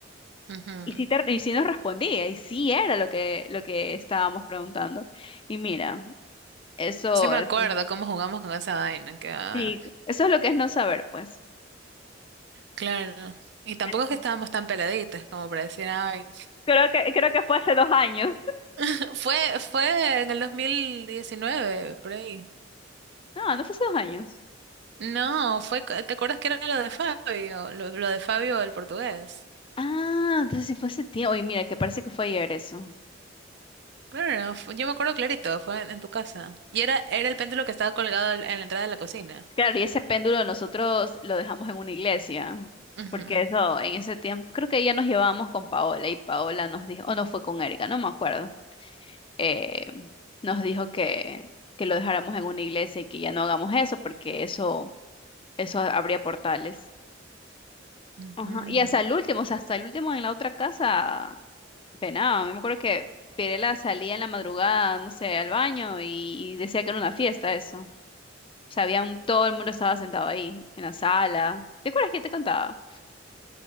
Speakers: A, on the right (about 60°); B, on the left (about 25°).
A: Ujú.
B: y sí, te- y sí nos respondía, y sí era lo que, lo que estábamos preguntando. Y mira, eso,
A: Sí me
B: eso.
A: acuerdo cómo jugamos con esa vaina. Que, ah,
B: Sí, eso es lo que es no saber, pues.
A: claro. Y tampoco
B: En-
A: es que estábamos tan peladitas como para decir, ay.
B: Creo que, creo que fue hace dos años. <laughs>
A: <laughs> Fue, fue en el 2019 por ahí.
B: No, no fue hace dos años.
A: No, fue, co- ¿te acuerdas que era lo de Fabio? Lo, lo de Fabio, el portugués.
B: Ah, entonces sí fue hace tiempo. Oye, mira, que parece que fue ayer eso.
A: Claro, no, fue- yo me acuerdo clarito, fue en, en tu casa. Y era, era el péndulo que estaba colgado al- en la entrada de la cocina.
B: Claro, y ese péndulo nosotros lo dejamos en una iglesia,
A: Ujú,
B: porque eso, en ese tiempo, creo que ya nos llevábamos con Paola y Paola nos dijo, o no fue con Erika, no me acuerdo. eh, nos dijo que, que lo dejáramos en una iglesia y que ya no hagamos eso, porque eso, eso abría portales.
A: ujú.
B: Ajá. Y hasta el último, o sea, hasta el último en la otra casa penado. Yo me acuerdo que Pirela salía en la madrugada, no sé, al baño y, y decía que era una fiesta eso. O sea, había un- todo el mundo estaba sentado ahí, en la sala. ¿Te acuerdas que te contaba?